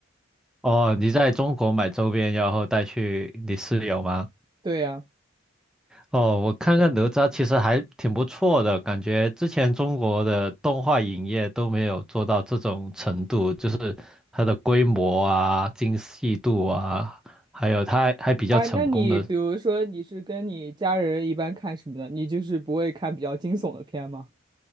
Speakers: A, in the centre; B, on the right.
A: 哦，你在中国买周边，然后带去你室友吗？
B: 对呀，
A: 哦，我看看哪吒其实还挺不错的，感觉之前中国的动画影业都没有做到这种程度，就是它的规模啊、精细度啊，还有它还还比较成功的。
B: 啊，那你比如说你是跟你家人一般看什么的？你就是不会看比较惊悚的片吗？